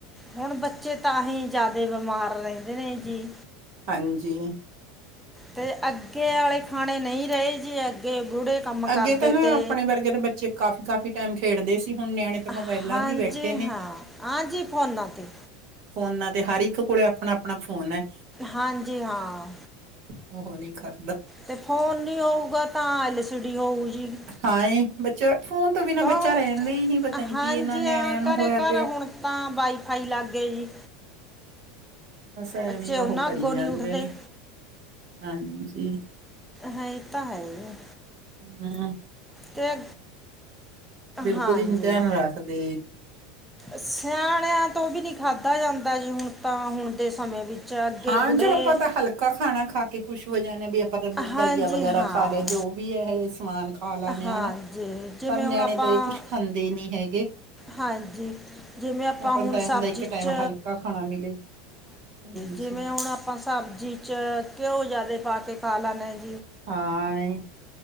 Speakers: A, in the centre; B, on the right.
A: ਹੁਣ ਬੱਚੇ ਤਾਂਹੀ ਜ਼ਿਆਦੇ ਬਿਮਾਰ ਰਹਿੰਦੇ ਨੇ ਜੀ।
B: ਹਾਂਜੀ।
A: ਤੇ ਅੱਗੇ ਆਲੇ ਖਾਣੇ ਨਹੀਂ ਰਹੇ ਜੀ। ਅੱਗੇ ਬੁੜੇ ਕੰਮ
B: ਅੱਗੇ
A: ਕਰਦੇ
B: ਤਾਂ ਨਾ,
A: ਤੇ
B: ਆਪਣੇ ਵਰਗੇ ਦੇ ਬੱਚੇ ਕਾਫੀ-ਕਾਫੀ ਟੈਮ ਖੇਡਦੇ ਸੀ। ਹੁਣ ਨਿਆਣੇ ਤਾਂ ਮੋਬਾਇਲਾਂ
A: ਹਾਂਜੀ,
B: ਤੇ ਬੈਠੇ ਨੇ।
A: ਹਾਂ। ਹਾਂਜੀ, ਫੋਨਾਂ ਤੇ।
B: ਫੋਨਾਂ ਤੇ। ਹਰ ਇੱਕ ਕੋਲੇ ਆਪਣਾ ਆਪਣਾ ਫੋਨ ਹੈ।
A: ਹਾਂਜੀ, ਹਾਂ।
B: ਉਹਨੇ ਕਰ
A: ਤੇ ਫੋਨ ਨੀ ਹੋਊਗਾ ਤਾਂ ਐਲ ਸੜੀ ਹੋਊ। ਜੀ
B: ਹਾਂ ਏ ਬੱਚਾ। ਫੋਨ ਤੋਂ ਬਿਨਾਂ
A: ਤਾਂ
B: ਬੱਚਾ ਰਹਿੰਦਾ ਹੀ ਨੀ ਪਤਾ ਨੀ
A: ਹਾਂਜੀ
B: ਕਿ ਇਹਨਾਂ ਨਿਆਣਿਆਂ
A: ਹਾਂ
B: ਨੂੰ
A: ਘਰੇ
B: ਹੋਇਆ
A: ਘਰ
B: ਪਿਆ ਹੈ?
A: ਹੁਣ ਤਾਂ ਵਾਈਫਾਈ ਲੱਗ ਗਏ ਜੀ
B: ਬਸ ਐਵੇਂ
A: ਬੱਚੇ ਉਹਨਾਂ
B: ਉਹ ਕਰੀ
A: ਅੱਗੋਂ
B: ਜਾਂਦੇ
A: ਨਹੀਂ ਉੱਠਦੇ
B: ਨੇ ਹਾਂਜੀ। ਜੀ।
A: ਹੈ ਇਹ ਤਾਂ ਹੈਗਾ।
B: ਹੂੰ।
A: ਤੇ
B: ਬਿਲਕੁਲ
A: ਹਾਂਜੀ
B: ਹੀ ਧਿਆਨ ਰੱਖਦੇ
A: ਸਿਆਣਿਆਂ ਤੋਂ ਵੀ ਨੀ ਖਾਧਾ ਜਾਂਦਾ। ਜੀ ਹੁਣ ਤਾਂ ਹੁਣ। ਦੇ ਸਮੇਂ ਵਿੱਚ ਅੱਗੇ
B: ਹਾਂ
A: ਬੁੜੇ
B: ਚਲੋ ਆਪਾਂ ਤਾਂ ਹਲਕਾ ਖਾਣਾ ਖਾ ਕੇ ਖੁਸ਼। ਹੋ ਜਾਣੇ ਹਾਂ ਵੀ। ਕਦੇ ਕੁਝ
A: ਹਾਂਜੀ
B: ਦਲੀਆ ਵਗੈਰਾ
A: ਹਾਂ
B: ਖਾ ਲਿਆ ਜੋ ਵੀ ਇਹ ਹੈ ਸਮਾਨ। ਖਾ ਲਾਣੇ
A: ਹਾਂਜੀ
B: ਹਾ ਹਨਾ
A: ਜਿਵੇਂ
B: ਪਰ ਨਿਆਣੇ
A: ਹੁਣ ਆਪਾਂ
B: ਤਾਂ ਇਹ ਕੁਛ ਖਾਂਦੇ ਨੀ ਹੈਗੇ
A: ਹਾਂਜੀ ਜਿਵੇਂ
B: ਆਪਾਂ
A: ਹੁਣ
B: ਤਾਂ
A: ਸਬਜ਼ੀ
B: ਇਹ ਹੁੰਦਾ ਇੱਕ ਟਾਈਮ
A: 'ਚ
B: ਹਲਕਾ ਖਾਣਾ ਮਿਲੇ। ਹਾਂਜੀ
A: ਜਿਵੇਂ ਹੁਣ ਆਪਾਂ ਸਬਜ਼ੀ 'ਚ? ਘਿਓ ਜ਼ਿਆਦੇ ਪਾ ਕੇ ਖਾ ਲੈਣੇ ਆ।
B: ਹਾਂ ਹਾਏ।